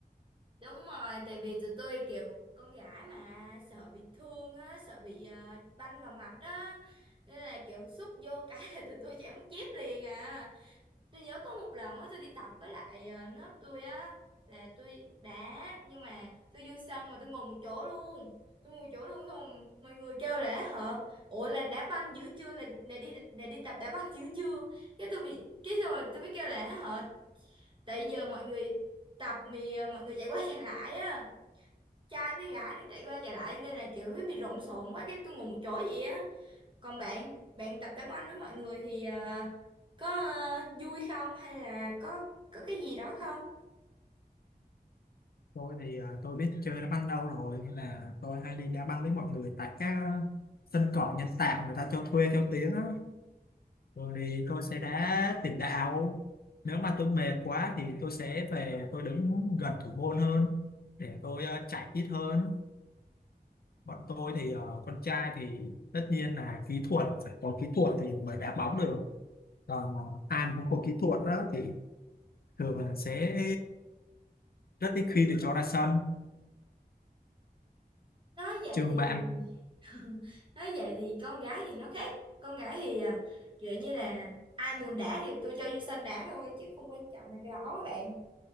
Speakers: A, on the right; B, on the left.
A: Đúng rồi, tại vì tụi tôi kiểu con gái mà sợ bị thương á, sợ bị ờ, banh vào mặt đó. Nên là kiểu xúc vô cái là tụi tôi chảy mất chip liền à. Tôi nhớ có một lần á tôi đi tập với lại ờ, lớp tôi á là tôi đá nhưng mà tôi vô sân mà tôi ngồi một chỗ luôn. Tôi ngồi một chỗ luôn xong mọi người kêu là hả? Ủa là đá banh dữ chưa là, là đi là đi tập đá banh dữ chưa? Cái tôi bị cái xong rồi tôi mới kêu là hả? Tại giờ mọi người tập mì ờ, mọi người chạy qua chạy lại á trai với gái rồi chạy qua chạy lại nên là kiểu bị lộn xộn quá cái tôi ngồi một chỗ vậy á còn bạn bạn tập đá banh với mọi người thì ờ, có ờ, vui không hay là có có cái gì đó không
B: tôi thì à, tôi biết chơi đá banh đâu rồi nên là tôi hay đi đá banh với mọi người tại các sân cỏ nhân tạo người ta cho thuê theo tiếng á thường thì tôi sẽ đá tiền đạo nếu mà tôi mệt quá thì tôi sẽ về tôi đứng gần thủ môn hơn để tôi à, chạy ít hơn bọn tôi thì à, con trai thì tất nhiên là kỹ thuật phải có kỹ thuật thì mới đá bóng được còn à, ai mà không có kỹ thuật đó thì thường là sẽ rất ít khi được cho ra sân
A: nói vậy
B: trường bạn
A: thì <laughs> nói vậy thì con gái thì nó khác con gái thì à, kiểu như là ai muốn đá thì tôi cho vô sân đá thôi chứ không quan trọng là cái đó các bạn